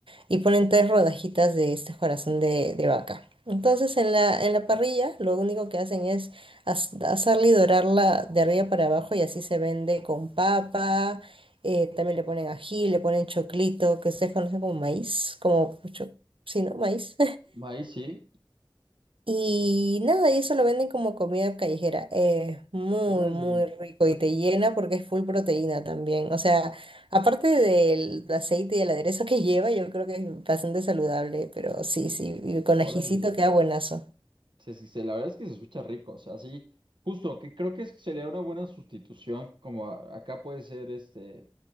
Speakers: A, on the right; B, on the right.
A: y ponen tres rodajitas de este corazón de, de vaca. Entonces en la, en la parrilla lo único que hacen es haz- hacerla y dorarla de arriba para abajo y así se vende con papa, eh, también le ponen ají, le ponen choclito, que ustedes conocen como maíz, como, cho- sí, ¿no? Maíz.
B: Maíz, sí.
A: Y nada, y eso lo venden como comida callejera. Es muy,
B: Órale,
A: muy rico y te llena porque es full proteína también. O sea, aparte del aceite y el aderezo que <laughs> lleva, yo creo que es bastante saludable, pero sí, sí, y con
B: órale.
A: ajicito queda buenazo.
B: Sí, sí, sí, la verdad es que se escucha rico, o sea, sí, justo, que creo que es- sería una buena sustitución, como a- acá puede ser, este,